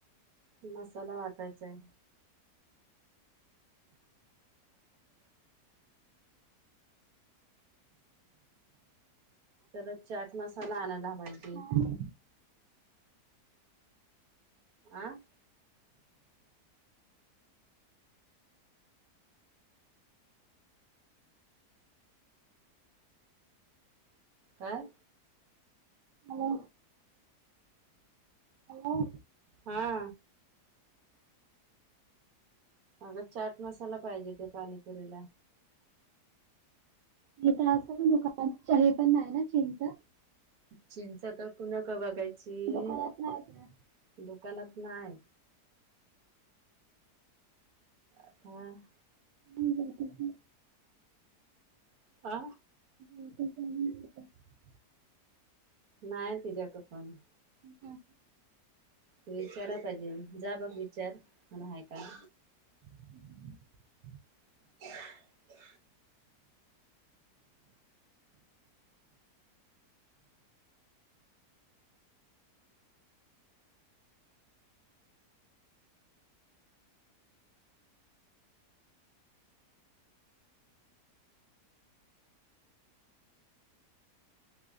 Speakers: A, on the right; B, on the right.
A: मसाला वाटायचा आहे. त्याला चाट मसाला आणायला पाहिजे.
B: पाणी.
A: आ. काय?
B: हॅलो. हॅलो.
A: हा. अगं चाट मसाला पाहिजे ते पाणीपुरीला.
B: हित असतो ना दुकानात, हे पण नाही ना चिंच.
A: चिंच आता कुणाकड बगायची.
B: दुकानात
A: ची
B: नाही त्या.
A: दुकानात -- नाही. आता --
B: हम्म, हम्म, हम.
A: आ.
B: <unintelligible>
A: नाही तिच्याकडे पण.
B: हा.
A: विचाराय पाहिजे, जा बघ विचार आण आहे काय?
B: <unintelligible>
A: <unintelligible>